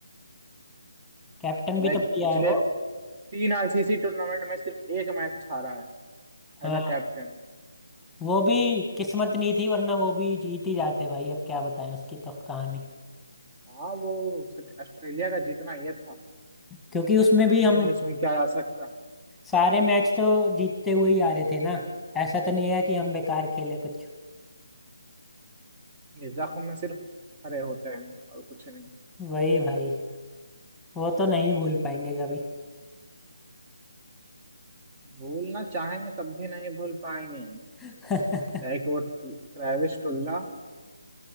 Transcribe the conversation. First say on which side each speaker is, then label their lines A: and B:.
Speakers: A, in the centre; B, on the right (about 30°).
A: कैप्टन भी
B: लाइक
A: तो बढ़िया
B: पिछले
A: है वो
B: तीन आईसीसी टूर्नामेंट में सिर्फ एक मैच हारा है
A: हाँ
B: As a captain
A: वो भी किस्मत नहीं थी वरना वो भी जीत ही जाते भाई अब क्या बताएं उसकी तो कहानी
B: हाँ वो सिर्फ ऑस्ट्रेलिया का जीतना ये था
A: क्योंकि उसमें भी
B: कुछ
A: हम
B: नहीं उसमें क्या आ सकता
A: सारे मैच तो जीतते हुए ही आ रहे थे ना ऐसा तो नहीं है कि हम बेकार खेले कुछ
B: ये जख्म में सिर्फ हरे होते हैं और कुछ नहीं
A: वही भाई वो तो नहीं भूल पाएंगे कभी
B: भूलना चाहेंगे तब भी नहीं भूल पाएंगे
A: <laughs>
B: लाइक वो ट्रेविस टुल्ला